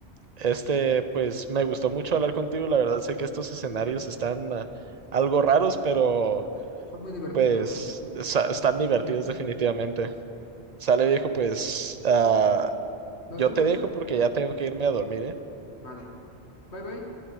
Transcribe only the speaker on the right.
Este, pues me gustó mucho hablar contigo. La verdad, sé que estos escenarios
están ah, algo raros, pero
pues sa- están
divertidos
definitivamente. Sale viejo, pues ah, yo
te dejo porque ya tengo que irme a dormir, ¿eh?